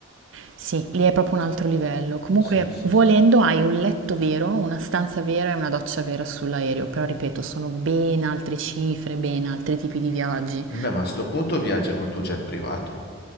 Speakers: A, on the right; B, on the left.
A: Sì, lì è proprio un altro livello. Comunque,
B: Sì, sì,
A: volendo,
B: sì.
A: hai un letto vero, una stanza vera e una doccia vera sull'aereo, però ripeto, sono ben altre cifre, ben altri tipi di viaggi.
B: Beh, ma a sto punto viaggia col tuo jet privato.